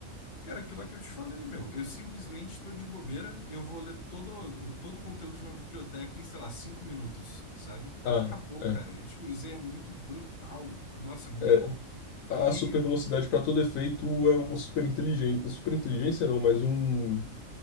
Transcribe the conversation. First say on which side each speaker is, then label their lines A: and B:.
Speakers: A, on the left; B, on the left.
A: Cara, aquilo lá que eu te falei, meu. Eu simplesmente tô de bobeira, eu vou ler todo, todo o conteúdo de uma biblioteca em, sei lá, cinco minutos, sabe?
B: Ah,
A: Acabou,
B: é,
A: cara. Tipo, isso aí é muito brutal. Nossa, é muito
B: é.
A: bom.
B: A
A: E,
B: a super velocidade para todo efeito é uma super inteligência. Super inteligência não, mas um,